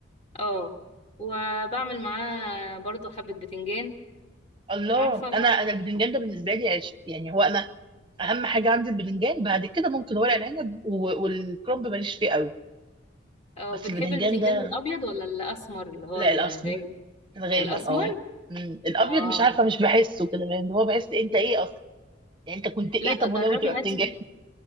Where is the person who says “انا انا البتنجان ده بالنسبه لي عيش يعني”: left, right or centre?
Right